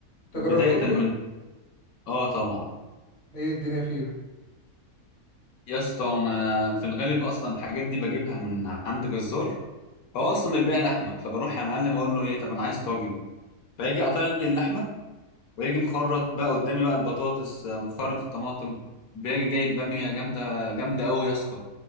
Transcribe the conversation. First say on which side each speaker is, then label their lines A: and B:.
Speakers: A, on the left (about 50°); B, on the left (about 80°).
A: تجربتهم
B: بدايه
A: دول
B: من اه طبعا
A: ايه الدنيا فيهم
B: يا اسطى انا في الغالب اصلا الحاجات دي بجيبها من عند جزار هو اصلا بيبيع لحمه فبروح يا معلم اقول له ايه طب انا عايز طاجن فيجي قاطع لي اللحمه ويجي مخرط بقى قدامي بقى البطاطس آه، مخرط الطماطم بيجي جايب باميه جامده جامده قوي يا اسطى